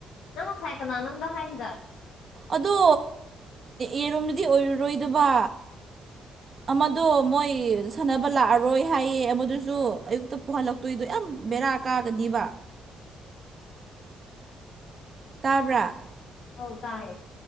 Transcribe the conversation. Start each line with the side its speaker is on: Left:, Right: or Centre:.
Left: ꯅꯪꯁ ꯍꯥꯏꯅꯅꯗ ꯍꯥꯏꯗ
Right: ꯑꯗꯣ ꯌꯦꯔꯣꯝꯗꯗꯤ ꯑꯣꯏꯔꯔꯣꯏꯗꯕ ꯑꯃꯗꯣ ꯃꯣꯏ ꯁꯥꯟꯅꯕ ꯂꯥꯛꯑꯔꯣꯏ ꯍꯥꯏꯌꯦ ꯑꯃꯗꯨꯁꯨ ꯑꯌꯨꯛꯇ ꯄꯨꯍꯜꯂꯛꯇꯣꯏꯗꯣ ꯌꯥꯝ ꯕꯦꯔꯥ ꯀꯥ ꯀꯥꯒꯗꯤꯕ ꯇꯥꯕ꯭ꯔꯥ
Left: ꯍ ꯇꯥꯏ